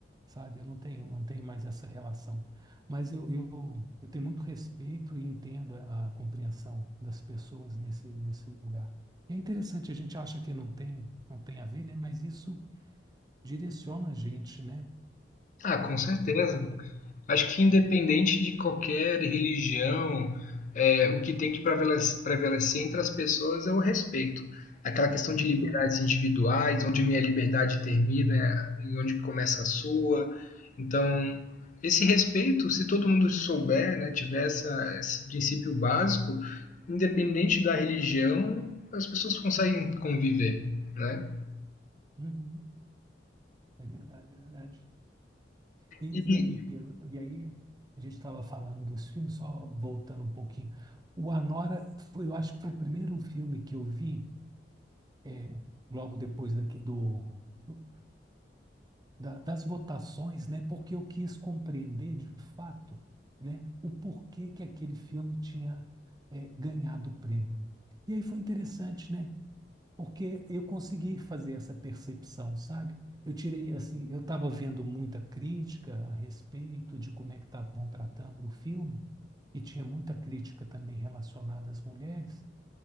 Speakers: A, on the right; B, on the left.
A: sabe? Eu não tenho, não tenho mais essa relação. Mas eu, eu, eu tenho muito respeito e entendo a, a compreensão das pessoas nesse, nesse lugar. É interessante, a gente acha que não tem, não tem a ver, né? Mas isso direciona a gente, né?
B: Ah, com certeza.
A: Ma-
B: Acho que independente de qualquer religião, é, o que tem que prevale- prevalecer entre as pessoas é o respeito. Aquela questão de
A: Sim,
B: liberdades individuais, onde minha liberdade termina e onde começa a sua. Então, esse respeito, se todo mundo souber, né, tiver essa, esse princípio básico, independente da religião, as pessoas conseguem conviver, né?
A: uhum, é verdade, é verdade. E,
B: E,
A: e aí, Pedro, e aí a gente estava falando dos filmes, só voltando um pouquinho. O Anora foi, eu acho que foi o primeiro filme que eu vi, é, logo depois daqui, do, do- da- das votações, né? Porque eu quis compreender de fato, né, o porquê que aquele filme tinha eh, ganhado o prêmio. E aí foi interessante, né? Porque eu consegui fazer essa percepção, sabe? Eu tirei assim, eu estava vendo muita crítica a respeito de como é que estavam tratando o filme, e tinha muita crítica também relacionada às mulheres